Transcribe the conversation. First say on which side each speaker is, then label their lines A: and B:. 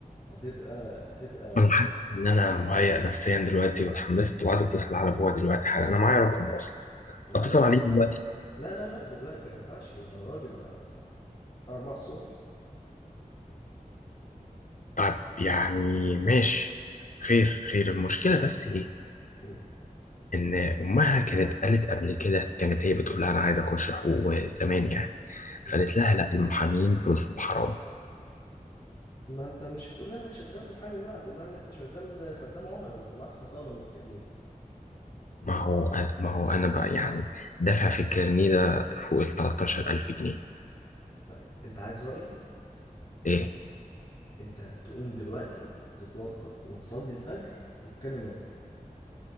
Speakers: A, on the left; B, on the left.
A: هتبقى هتبقى
B: انا حاسس ان انا مهيأ نفسيا دلوقتي واتحمست وعايز اتصل على ابويا دلوقتي حالا انا معايا رقمه اصلا
A: لا
B: اتصل
A: دلوقتي
B: عليه دلوقتي
A: لا لا لا دلوقتي ما ينفعش يا راجل ده احنا الساعة 4 الصبح
B: طب يعني ماشي خير خير المشكله بس ايه
A: مم.
B: ان امها كانت قالت قبل كده كانت هي بتقول لها انا عايز اخش حقوق زمان يعني
A: مم.
B: فقالت لها لا المحامين فلوسهم حرام
A: ما انت مش هتقول لها انك شغال محامي بقى هتقول لها ان انت شغال خدام عملاء بس معاك حصانة من الكمين
B: ما هو أنا ما هو أنا بقى يعني دافع في الكارنيه ده فوق ال 13000 جنيه
A: طيب انت عايز رأيي
B: إيه
A: انت تقوم دلوقتي تتوضى وتصلي الفجر وتكلم ابوها